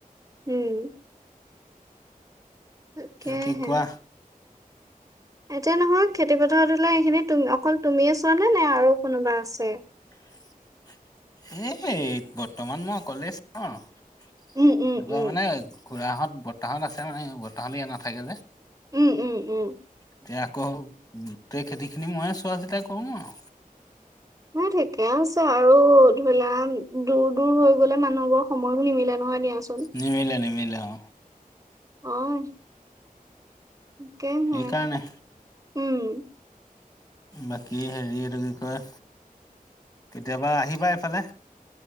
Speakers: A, on the right; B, on the left.
A: উম তাকেহে
B: তুমি কি কোৱা
A: এতিয়া নহয় খেতিপথাৰত ধৰি লোৱা এইখিনি অকল তুমিয়ে চোৱানে নে আৰু কোনোবা আছে?
B: <unintelligible> এ বৰ্তমান মই কলেজ ন এনেকুৱা
A: উম উম উম
B: মানে খুৰাহঁত বৰ্তা হত আছে মানে বৰ্তা হত ইয়াত নাথাকে যে।
A: উম উম উম
B: এতিয়া আকৌ গোটেই খেতিখিনি মইয়ে চোৱা- চিতা কৰোঁ আৰু।
A: ন ঠিকে আছে আৰু ধৰি লা দূৰ দূৰ হৈ গ'লে মানুহবোৰ সময়বোৰ নিমিলে নহয় দিয়াচোন।
B: নিমিলে-নিমিলে অ,
A: অ', কে হে
B: সেইকাৰণে
A: উম
B: বাকী হেৰি এইটো কি কয় কেতিয়াবা আহিবা এইফালে